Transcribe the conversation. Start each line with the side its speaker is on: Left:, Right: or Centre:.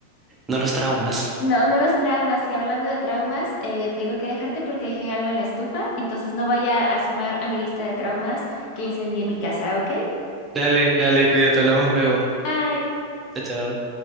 Right: no los traumas.
Left: No, no los traumas. Y hablando de traumas, eh, tengo que dejarte porque dejé algo en la estufa, entonces no vaya a sumar a mi lista de traumas que incendié mi casa, ¿ok?
Right: Dale, dale, cuídate, hablamos luego.
Left: <laughs> Bye.
Right: Chao, chao.